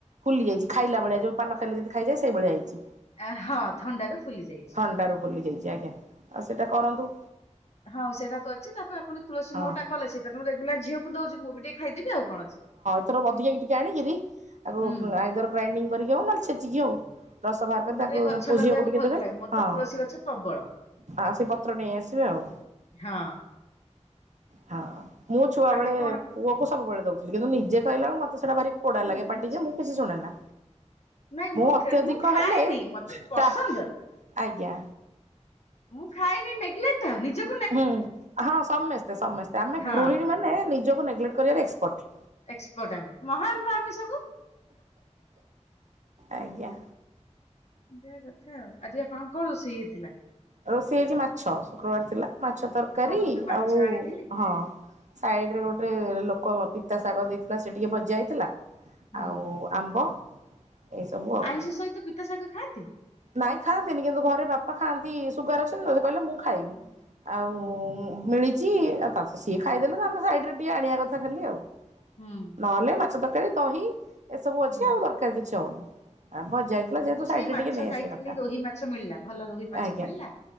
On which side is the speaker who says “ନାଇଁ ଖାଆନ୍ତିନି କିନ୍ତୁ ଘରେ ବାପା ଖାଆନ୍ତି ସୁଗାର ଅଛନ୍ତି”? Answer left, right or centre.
Right